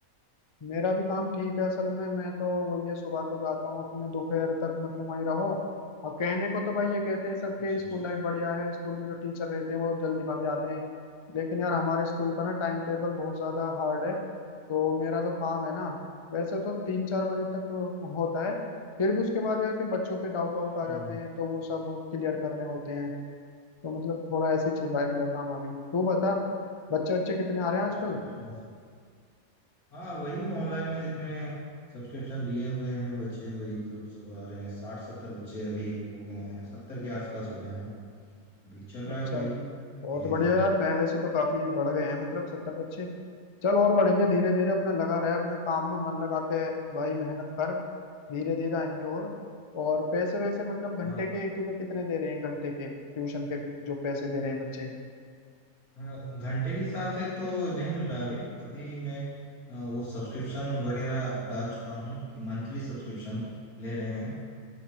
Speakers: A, on the left; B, on the left.
A: मेरा भी काम ठीक है असल में मैं तो वो ये सुबह को जाता हूँ अपने दोपहर तक मतलब वहीं रहो अब कहने को तो भाई ये कहते हैं सबके
B: अच्छा
A: स्कूल
B: अच्छा अच्छा
A: लाइफ बढ़िया है स्कूल में जो टीचर रहते हैं वो जल्दी भाग जाते हैं लेकिन यार हमारे स्कूल का ना टाइम टेबल बहुत ज्यादा हार्ड है तो मेरा जो काम है ना वैसे तो तीन चार बजे तक होता है फिर भी उसके बाद यार फिर बच्चों के डाउट
B: हाँ
A: आउट आ
B: हाँ
A: जाते
B: हाँ
A: हैं तो वो सब क्लियर करने होते हैं तो मतलब थोड़ा ऐसे ही चल रहा है मेरा काम अभी तू बता बच्चे बच्चे कितने आ रहे हैं
B: अच्छा
A: आजकल
B: अच्छा ऐसा। हाँ वही ऑनलाइन में जितने सब्सक्रिप्शन लिए हुए हैं बच्चे वही तो सब आ रहे हैं साठ सत्तर बच्चे अभी हो गए हैं सत्तर के आसपास हो गए हैं अभी चल रहा
A: अच्छा
B: है वही
A: बहुत
B: धीरे
A: बढ़िया
B: धीरे
A: यार पहले से तो काफी बढ़ गए हैं मतलब सत्तर बच्चे चल और बढ़ेंगे धीरे धीरे अपने लगा रहे अपने काम में मन लगा के भाई मेहनत कर धीरे धीरे आएंगे और और पैसे वैसे मतलब
B: हाँ
A: घंटे के तुझे कितने दे रहे हैं घंटे के ट्यूशन के जो पैसे दे रहे हैं बच्चे
B: हाँ घंटे के हिसाब से तो नहीं मिल रहा है अभी अभी मैं अ, वो सब्सक्रिप्शन वगैरह डाल चुका हूँ कि मंथली सब्सक्रिप्शन ले रहे हैं